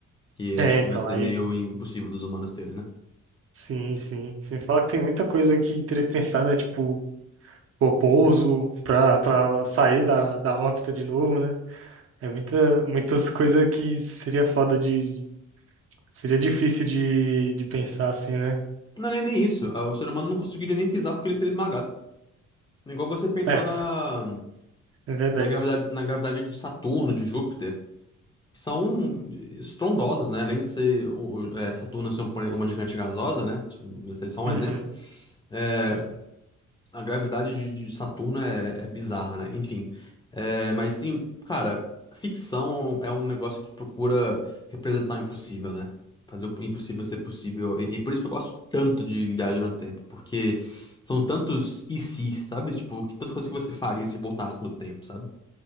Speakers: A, on the left; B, on the right.
A: que
B: É,
A: acho que
B: então,
A: vai ser
B: aí,
A: meio impossível dos humanos terem, né?
B: sim, sim. Você fala que tem muita coisa que teria que pensar, né? Tipo, pô, pouso pra, pra sair da, da órbita de novo, né? É muita, muitas coisas que seria foda de... Seria difícil de, de pensar, assim, né?
A: Não, nem, nem isso. Ah, O ser humano não conseguiria nem pisar porque ele seria esmagado. É Igual você pensar
B: É,
A: na,
B: é verdade.
A: na gravidade, na gravidade de Saturno, de Júpiter, que são estrondosas, né? Além de ser o- o- é, Saturno ser um plane- uma gigante gasosa, né? Isso é só um
B: Uhum,
A: exemplo. é,
B: sim.
A: A gravidade de, de Saturno é, é bizarra, né? Enfim. É, mas tem. Cara, ficção é um, é um negócio que procura representar o impossível, né? Fazer o impossível ser possível. E, e por isso que eu gosto tanto de Viagem no Tempo, porque são tantos e se, sabe? Tipo, que tanta coisa que você faria se voltasse no tempo, sabe?